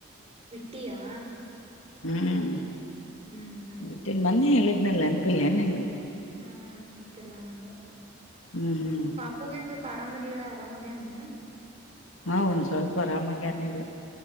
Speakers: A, on the right; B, on the left.
A: ಬಿಟ್ಟಿಯಾ
B: ಹ್ಮ್
A: ಹ್ಮ್ ಹ್ಮ್ ಹ್ಮ್
B: ಬಿಟ್ಟನ್ ಮೊನ್ನೆ ಹೇಳಿದನಲ್ಲ ನೆನಪಿಲ್ಲ ಎನ್ ನಿನಗ
A: ಹ್ಮ್ ನೆನಪಿಲ್ಲ ನನಗ
B: ಹ್ಮ್ ಹ್ಮ್
A: ಪಾಪೂಗೆಂಗ ಆರಾಮ ಇರಲ್ಲ ಆರಾಮಾಗ ಎನ
B: ಹಾ ಒಂದ್ ಸ್ವಲ್ಪ ಆರಾಮಾಗಿನದು